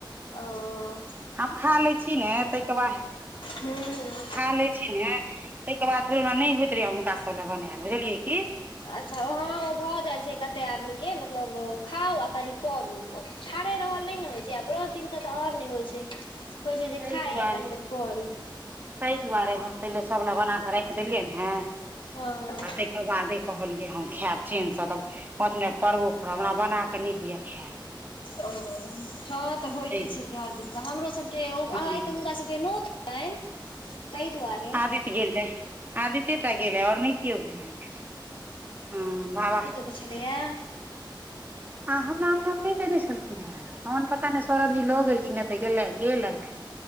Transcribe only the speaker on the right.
हम खा लैई छी ने ताहिके बाद
खा लै छी ने- - ताहिके बाद फेर हमरा नहि होइत रहयै हुनका सब लए बनायल बुझलियै की- -
ताहि
दुआरे
ताहि दुआरे हम पहिले सभ ल बना कऽ राखि देलियै ने तेक-
- तकर बादे कहलियै हम खायब चेन्नसँ तब पाँच मिनट पड़बो करब हमरा बनााकऽ नहि होइए खैल।
ताहि
दुआरे
आदित गिलहे -- आदित्यटा गेलै ओर नय कीओ गेलै अछ हँ बाबा- -
आ हमरा अँगनामे नहि देने छलखिन हेँ पान पता नहि सौरभजी लऽ गेलखिन हे त गे गेले थै।